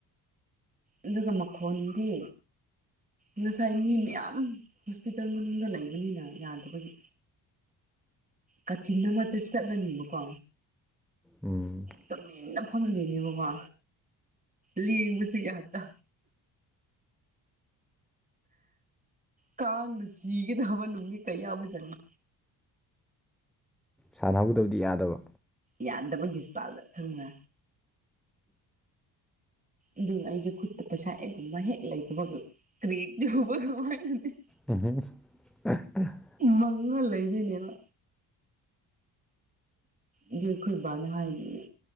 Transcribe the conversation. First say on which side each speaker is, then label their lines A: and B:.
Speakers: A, on the right; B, in the centre.
A: ꯑꯗꯨꯒ ꯃꯈꯣꯟꯗꯤ ꯉꯁꯥꯏ ꯃꯤ ꯃꯌꯥꯝ ꯍꯣꯁꯄꯤꯇꯥꯜ ꯃꯅꯨꯡꯗ ꯂꯩꯕꯅꯤꯅ ꯌꯥꯗꯕꯒꯤ ꯀꯥꯆꯤꯟ ꯑꯃ ꯆꯠꯂꯅꯤꯕꯀꯣ
B: ꯎꯝ
A: ꯇꯨꯃꯤꯟꯅ ꯐꯝꯗꯣꯏꯅꯦꯕꯀꯣ ꯂꯦꯡꯕꯁꯨ ꯌꯥꯇꯥ ꯀꯥꯡꯅ ꯁꯤꯒꯗꯕ ꯅꯨꯃꯤꯠ ꯀꯌꯥ ꯑꯣꯏ ꯆꯠꯅꯤ
B: ꯁꯥꯟꯅꯍꯧꯗꯕꯗꯤ ꯌꯥꯗꯕ
A: ꯌꯥꯗꯕꯒꯤ ꯏꯁꯇꯥꯜꯗ ꯈꯪꯅꯦ ꯑꯗꯨ ꯑꯩꯁꯦ ꯈꯨꯠꯇ ꯄꯩꯁꯥ ꯍꯦꯛꯒꯨꯝꯕ ꯍꯦꯛ ꯂꯩꯇꯕꯒ ꯔꯔꯤꯖꯕ ꯋꯥ ꯅ <unintelligible> <inaudible>
B: ꯎ <unintelligible> <inaudible>
A: ꯃꯪꯉꯜ ꯂꯩꯗꯣꯏꯅꯦ ꯑꯩꯈꯣꯏꯕꯅ ꯍꯥꯏꯅꯤ